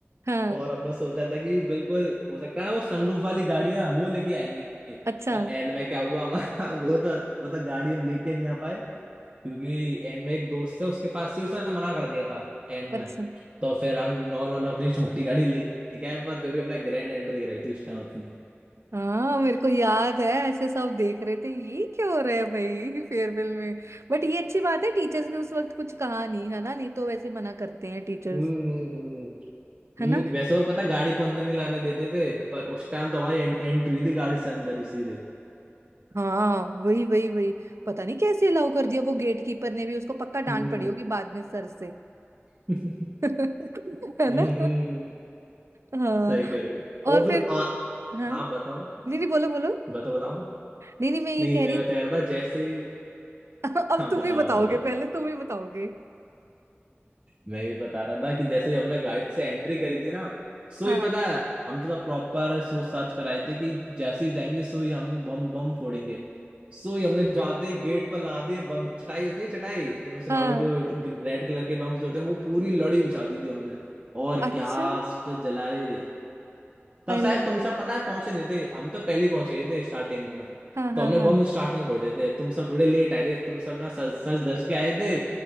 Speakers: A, on the right; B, on the right.
A: हाँ
B: और हमने सोचा था कि बिल्कुल हो सकता है ना वो सनरूफ वाली गाड़ियां वो लेके आएंगे
A: अच्छा
B: पर एंड में क्या हुआ हमारा <laughs> वो तो वो तो गाड़ी हम लेके नहीं आ पाए क्योंकि एंड में एक दोस्त है उसके पास से उसने मना कर दिया था एंड
A: अच्छा
B: में तो फिर हम नॉर्मल अपनी छोटी गाड़ी लेके आए पर फिर भी हमने ग्रैंड एंट्री कराई थी उस टाइम अपनी
A: हाँ मेरे को याद है ऐसे सब देख रहे थे ये क्या हो रहा है भाई फेयरवेल में बट ये अच्छी बात है टीचर्स ने उस वक्त कुछ कहा नहीं है ना नहीं तो वैसे मना करते हैं टीचर्स
B: हम्म हम्म हम्म
A: है
B: हम्म,
A: ना
B: वैसे वो पता गाड़ी को अंदर नहीं लाने देते थे पर उस टाइम तो हमारी एं, एंट्री हुई थी गाड़ी से अंदर ही सीधे
A: हाँ वही वही वही पता नहीं कैसे अलाउ कर दिया वो गेट कीपर ने भी उसको पक्का डांट
B: हम्म
A: पड़ी होगी बाद में सर से
B: <laughs>
A: <laughs> है
B: हम्म
A: ना
B: हम्म,
A: हाँ
B: सही कह रहे हो
A: और
B: और फिर
A: फिर
B: आ
A: हाँ
B: हाँ
A: नहीं
B: बताओ
A: नहीं बोलो बोलो
B: बताओ बताओ
A: नहीं नहीं मैं ये
B: नहीं
A: कह
B: मैं
A: रही
B: बता
A: थी
B: रहा था जैसे
A: <laughs> अब
B: हाँ
A: तुम
B: बताओ
A: ही बताओगे
B: आप बताओ
A: पहले तुम ही बताओगे
B: मैं भी बता रहा था कि जैसे ही हमने गाड़ी से एंट्री करी थी ना सो
A: हाँ
B: ही पता है हम तो प्रॉपर सोच साच कर आए थे कि जैसे ही जाएंगे सो ही हम बम बम फोड़ेंगे सो ही हमने जाते गेट पर ला दिए बम चटाई होती है चटाई तुमने सुना
A: हाँ
B: वो जो रेड कलर के बम्स होते हैं वो पूरी लड़ी बिछा दी थी हमने और
A: अच्छा
B: क्या उस पे जलाए तब
A: अरे
B: शायद तुम
A: भाई
B: सब पता है पहुंचे नहीं थे हम तो पहले ही पहुंचे ही थे स्टार्टिंग में
A: हाँ हाँ
B: तो हमने
A: हाँ
B: बम स्टार्टिंग में फोड़े थे तुम सब थोड़े लेट आए थे तुम सब ना सज सज धज के आए थे